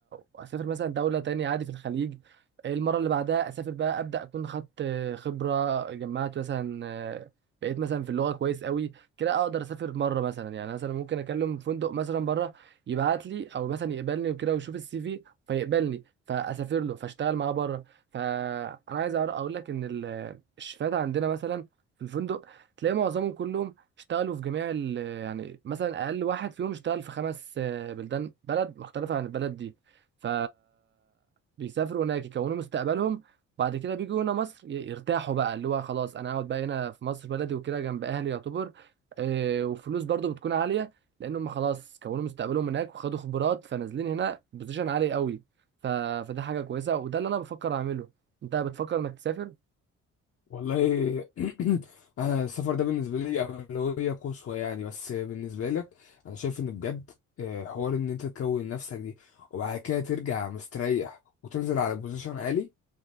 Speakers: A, on the right (about 40°); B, on the left (about 50°).
A: واسافر مثلا دوله تاني عادي في الخليج إيه المره اللي بعدها اسافر بقى ابدا اكون خدت آه، خبره جمعت مثلا آه، بقيت مثلا في اللغه كويس قوي كده اقدر اسافر مره مثلا يعني مثلا ممكن اكلم فندق مثلا بره يبعت لي او مثلا يقبلني وكده ويشوف السي في فيقبلني فاسافر له فاشتغل معاه بره فانا عايز أعر- اقول لك ان ال- الشفات عندنا مثلا في الفندق تلاقي معظمهم كلهم اشتغلوا في جميع ال- يعني مثلا اقل واحد فيهم اشتغل في خمس آه، بلدان بلد مختلفه عن البلد دي ف بيسافروا هناك يكونوا مستقبلهم بعد كده بيجوا هنا مصر ي- يرتاحوا بقى اللي هو خلاص انا اقعد بقى هنا في مصر بلدي وكده جنب اهلي يعتبر آه، وفلوس برضو بتكون عالية لان هم خلاص كونوا مستقبلهم هناك وخدوا خبرات فنازلين هنا بوزيشن عالي قوي ف... فده حاجة كويسة وده اللي انا بفكر اعمله انت بتفكر انك تسافر
B: والله <clears throat> انا السفر ده بالنسبه لي اولويه قصوى يعني بس بالنسبه لك انا شايف ان بجد آه، حوار ان انت تكون نفسك دي وبعد كده ترجع مستريح وتنزل على بوزيشن عالي